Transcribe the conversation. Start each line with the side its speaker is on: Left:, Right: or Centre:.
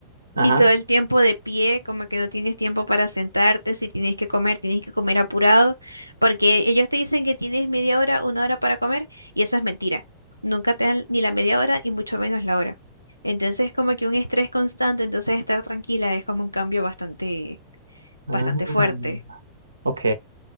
Right: Ajá.
Left: Y todo el tiempo de pie, como que no tienes tiempo para sentarte, si tienes que comer, tienes que comer apurado, porque ellos te dicen que tienes media hora, una hora para comer, y eso es mentira. Nunca te dan ni la media hora y mucho menos la hora. Entonces, como que un estrés constante, entonces estar tranquila es como un cambio bastante,
Right: Ah,
Left: bastante fuerte.
Right: ok,